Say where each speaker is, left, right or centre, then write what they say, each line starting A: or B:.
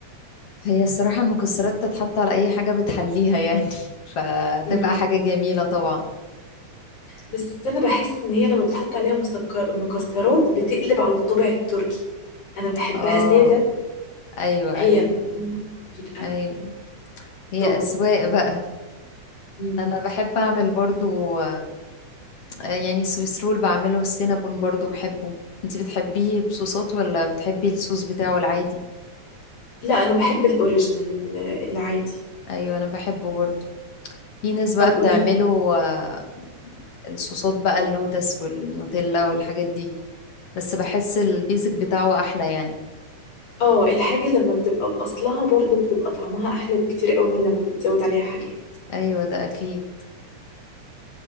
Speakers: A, on the left; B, on the left.
A: هي الصراحة المكسرات بتتحط على اي حاجة بتحليها يعني <laughs> فتبقى
B: مم.
A: حاجة جميلة طبعا
B: بس أنا بحس إن هي لما بتحط عليها مسكر... مكسرات بتقلب على الطابع التركي أنا بحبها
A: اه
B: سادة
A: ايوه
B: هي
A: ايوه
B: طعمها بيبقى
A: ايوه هي
B: توب
A: اذواق بقى
B: مم.
A: انا بحب اعمل برضو آه، يعني السويس رول بعمله والسينابون برضو بحبه انت بتحبيه بصوصات ولا بتحبي الصوص بتاعه العادي
B: لا أنا بحب الأوريجينال ال- العادي
A: ايوه انا بحبه برضو في ناس
B: طب
A: بقى بتعمله
B: قولي
A: آه، الصوصات بقى اللوتس والنوتيلا والحاجات دي بس بحس البيزك بتاعه احلى يعني
B: اه الحاجة لما بتبقى بأصلها برضو بتبقى طعمها أحلى بكتير قوي من لما بتزود عليها حاجات
A: ايوه ده اكيد